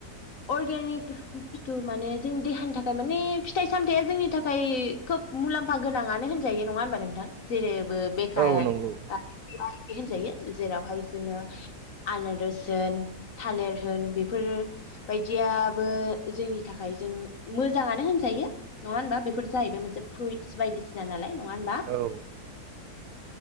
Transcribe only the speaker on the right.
औ नंगौ
औ